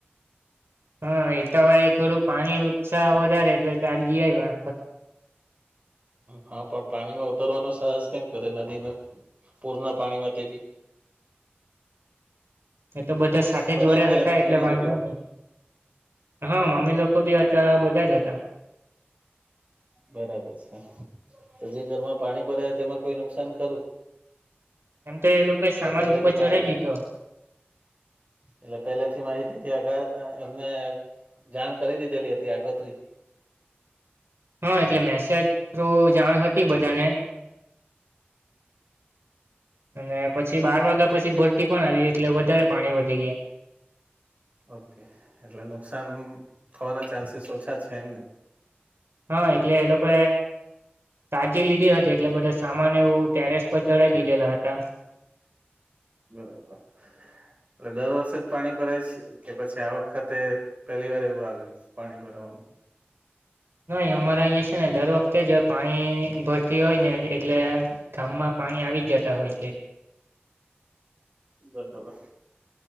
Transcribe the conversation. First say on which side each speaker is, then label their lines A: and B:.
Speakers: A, on the right; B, on the right.
A: હા એ તો હવે થોડું પાણી ઉત્સાહ વધારે એટલે ફરી આયા
B: હા પણ પાણીમાં ઉતરવાનો સાહસ કેમ કરે નદી ન પૂર ના પાણીમાં તે બી
A: એ તો બધા સાથે
B: બધા
A: જોડે
B: જ ગયેલા
A: હતા
B: ફેમિલી
A: એટલે વાંધો
B: જોડે
A: નહી હા મમ્મી લોકો બી હતા બધા જ હતા
B: બરાબર છે તો જે ઘરમાં પાણી ભરાય તેમાં કોઈ નુકસાન ખરું
A: એમ તો એ લોકો સામાન
B: કે પેલાથી
A: ઉપર
B: માહિત
A: ચઢાવ દીધો
B: એટલે પેલેથી માહિતી હતી આગા એમને જાણ કરી દીધેલી હતી આગોતરી
A: હા એટલે મેસેજ થ્રુ જાણ હતી બધાને અને પછી બાર વાગ્યા પછી ભરતી પણ આવી એટલે વધારે પાણી વધી ગયા.
B: ઓકે એટલે નુકસાન થવાના ચાન્સીસ ઓછા છે એમને.
A: હા એટલે એ લોકો કાળજી લીધી હતી એટલે બધા સામાન એવું ટેરેસ પર ચડાઈ દીધેલા હતા.
B: બરાબર એટલે દર વર્ષે જ પાણી ભરાય છે કે પછી આ વખતે પહેલી વાર એવું આવ્યું પાણી ભરાવાનુ?
A: નાહી અમારે અહીંયા છે ને દર વખતે જ પાણી ભરતી હોય ને એટલે ગામમાં પાણી આવી જ જતા હોય છે.
B: બરાબર